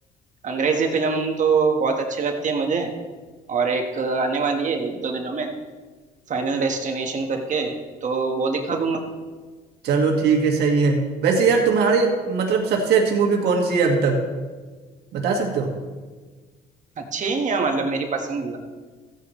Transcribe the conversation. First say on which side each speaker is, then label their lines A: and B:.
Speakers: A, on the right (about 45°); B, on the right (about 75°).
A: अंग्रेजी फिल्म तो बहुत अच्छी लगती है मुझे और एक आने वाली है एक दो दिनों में फाइनल डेस्टिनेशन करके तो वो दिखा दूंगा
B: चलो ठीक है सही है वैसे यार तुम्हारी मतलब सबसे अच्छी मूवी कौन सी है अभी तक बता सकते हो
A: अच्छी ही है मतलब मेरी पसंदीदा